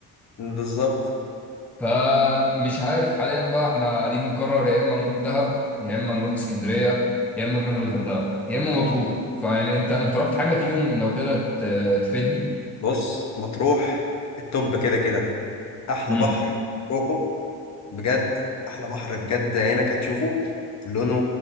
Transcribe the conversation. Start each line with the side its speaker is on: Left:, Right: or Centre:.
Left: بالظبط
Centre: فمش عارف حاليا بقى احنا قاعدين بنقرر يا اما نروح دهب يا اما نروح اسكندريه يا اما نروح الغردقه يا اما مطروح فيعني انت انت رحت حاجه فيهم لو كده ت- تفيدني
Left: بص مطروح التوب كده كده احلى
Centre: امم
Left: بحر روحه بجد احلى بحر بجد عينك هتشوفه لونه